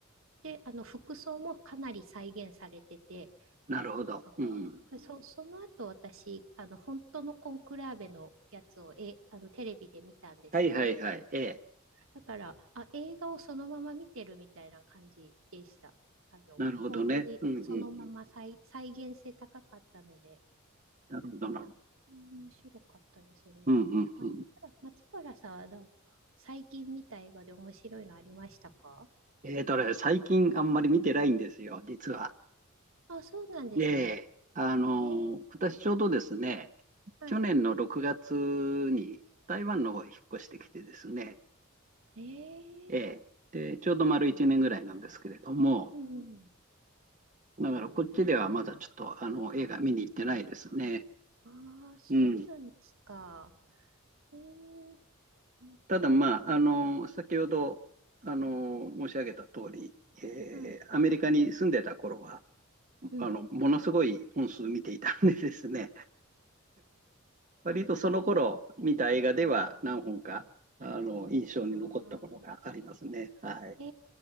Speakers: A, on the right; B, on the right.
A: で、あの、服装もかなり再現されてて、
B: なるほど。
A: なんか、
B: うん。
A: そ、その後私、あの、本当のコンクラーベのやつを、え、あの、テレビで見たんですよ。
B: はいはいはい。ええ、
A: だから、あ、映画をそのまま見てるみたいな感じでした。あの、
B: なるほどね。
A: 本当にそのまま再、
B: うんうん。
A: 再現性高かったので。
B: なるほどなるほど。
A: うん面白かったですね。
B: うんうんうん。
A: ま、松原さんはなんか最近見た映画で面白いのありましたか
B: ええとね、最近あんまり見てないんですよ、実は。
A: あ、そうなんですね。
B: ええ、あの、
A: えー、
B: 私ちょうどですね、
A: はい。
B: 去年の6月に台湾の方へ引っ越してきてですね、
A: え
B: ええ、で、ちょうど丸1年ぐらいなんですけれども、
A: ー、うん
B: だからこっちではまだちょっとあの映画見に行ってないですね。
A: うん。ああ、そうなんですか。
B: うん。
A: えー、なんか、
B: ただまあ、あの、先ほどあの申し上げた通り、えーアメリカに住んでた頃は、
A: はい。うん。
B: あの、ものすごい本数見ていたんでですね、<laughs> 割とその頃見た映画では何本か、あの、印象に残ったものがありますね。
A: あー
B: はい。
A: え